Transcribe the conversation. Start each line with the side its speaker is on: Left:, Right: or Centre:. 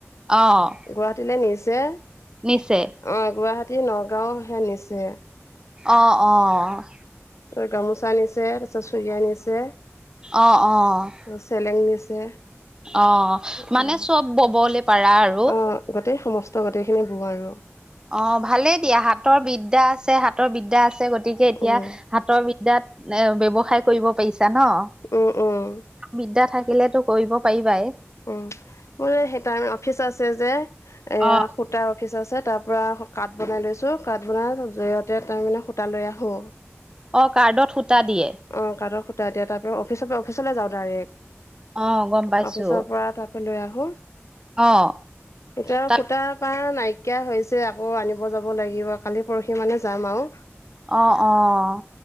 Right: অ'।
Left: গুৱাহাটীলে নিছে।
Right: নিছে।
Left: অ', গুৱাহাটী, নগাঁওহে নিছে।
Right: অ', অ'।
Left: তোৰ গামোচা আনিছে, তাৰপিছত চুৰিয়া আনিছে।
Right: অ', অ'।
Left: <unintelligible> চেলেং নিছে।
Right: অ', মানে
Left: উম
Right: চব ব'বলে পাৰা আৰু।
Left: অ গোটেই সমস্ত গোটেইখিনি বওঁ আৰু।
Right: অ', ভালেই দিয়া, হাতৰ বিদ্যা আছে- হাতৰ বিদ্যা আছে, গতিকে এতিয়া
Left: উম
Right: হাতৰ বিদ <unintelligible> এ ব্যৱসায় কৰিব পাৰিছা ন।
Left: উম, উম।
Right: বিদ্যা থাকিলেটো কৰিব পাৰিবাই।
Left: উম, মোৰ সেই তাৰ অফিচ আছে যে, এয়া
Right: অ
Left: সূতাৰ অফিচ আছে তাত পূৰা কাঠ বনাই লৈছোঁ, কাঠ বনাও জৰিয়তে তাৰমানে সূতা লৈ আহোঁ।
Right: অ', কাৰ্ডত সূতা দিয়ে।
Left: অ', কাৰ্ডত সূতা দিয়ে, তাৰ পৰা অফিচৰ পৰা অফিচলে যাওঁ ডাইৰেক্ট,
Right: অ গম পাইছো
Left: অফিচৰ পৰা লৈ আহো,
Right: অ
Left: এতিয়া
Right: তাত
Left: সূতা পাৰা নাই কিয়া হৈছে আকৌ আনিব যাব লাগিব, কালি পৰসি মানে যাম আও।
Right: অ', অ',